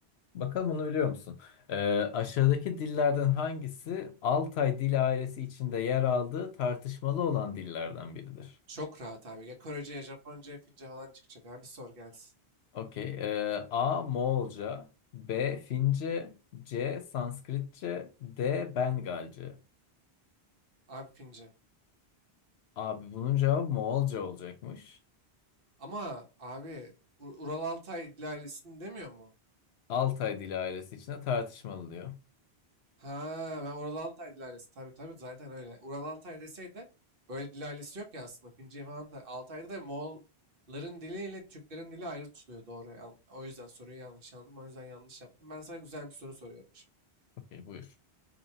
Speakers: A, on the left (about 75°); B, on the right (about 60°).
A: Bakalım bunu biliyor musun? Ee, aşağıdaki dillerden hangisi Altay dil ailesi içinde yer aldığı tartışmalı olan dillerden biridir?
B: Çok rahat abi. Ya Korece, ya Japonca, ya Fince falan çıkacak abi. Sor gelsin.
A: Okey. Ee, A. Moğolca B. Fince C. Sanskritçe D. Bengalce
B: Abi Fince.
A: Abi bunun cevabı Moğolca olacakmış.
B: Ama abi U- Ural Altay Dil Ailesi'ni demiyor mu?
A: Altay dili ailesi içinde tartışmalı diyor.
B: Ha ben Ural Altay Dil Ailesi tabii tabii zaten öyle. Ural Altay deseydi böyle Dil Ailesi yok ya aslında. Fince falan da- Altay'da da Moğolların diliyle Türklerin dili ayrı tutuluyor doğru. Yan- O yüzden soruyu yanlış anladım. O yüzden yanlış yaptım. Ben sana güzel bir soru soruyorum şimdi.
A: Okey buyur.